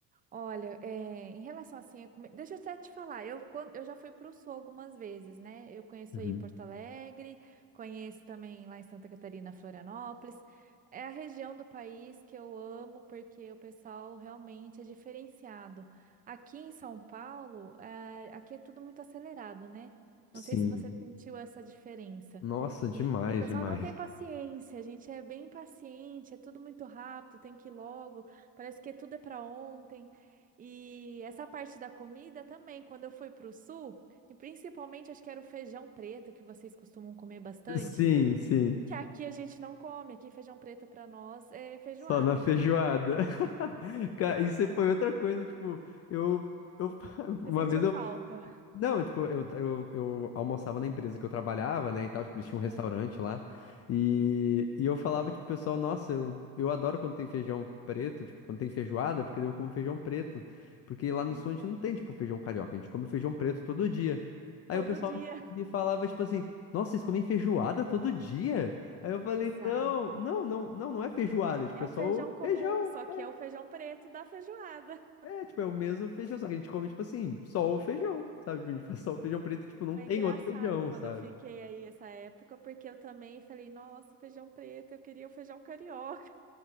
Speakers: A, on the right; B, on the left.
A: Olha, é, em relação assim, a comi- deixa eu até te falar, eu, quando, eu já fui para o Sul algumas vezes, né? Eu conheço
B: Uhum.
A: aí Porto Alegre, conheço também lá em Santa Catarina, Florianópolis. É a região do país que eu amo porque o pessoal realmente é diferenciado. Aqui em São Paulo, é, aqui é tudo muito acelerado, né?
B: Sim.
A: Não sei se você sentiu essa diferença.
B: Nossa, demais,
A: E, e o pessoal
B: demais.
A: não tem paciência, a gente é bem impaciente, é tudo muito rápido, tem que ir logo, parece que tudo é para ontem. E essa parte da comida também, quando eu fui para o sul, e principalmente acho que era o feijão preto que vocês costumam comer bastante,
B: <laughs> Sim, sim.
A: que aqui a gente não come, aqui feijão preto para nós é feijoada.
B: Só na feijoada.
A: <laughs>
B: <laughs> Cara, isso foi
A: Ah,
B: outra coisa, tipo, eu, eu <laughs> uma
A: Você sentiu
B: vez
A: falta?
B: Não, tipo, eu, eu, eu almoçava na empresa que eu trabalhava, né, e tal, tipo, eles tinham um restaurante
A: Ah,
B: lá, e, e eu falava, tipo, pro pessoal, nossa, eu, eu adoro quando tem feijão preto, tipo, quando tem feijoada, porque daí eu como feijão preto, porque lá no
A: uhum,
B: sul a gente não tem, tipo, feijão carioca, a gente come feijão preto todo dia. Aí
A: Todo
B: o pessoal
A: dia.
B: me falava, tipo assim, nossa, vocês comem feijoada todo dia? Aí eu falei,
A: Exato.
B: não, não, não, não, não é feijoada, tipo,
A: É
B: é
A: um
B: só
A: feijão
B: o
A: comum,
B: feijão,
A: só que
B: é."
A: é o feijão preto da feijoada.
B: É, tipo, é o mesmo feijão, só que a gente come, tipo assim, só o feijão, sabe? Tipo, a gente faz só o feijão preto, tipo, não
A: Foi
B: tem
A: engraçado
B: outro feijão,
A: quando
B: sabe?
A: eu fiquei aí essa época, porque eu também falei, nossa, feijão preto, eu queria o feijão carioca.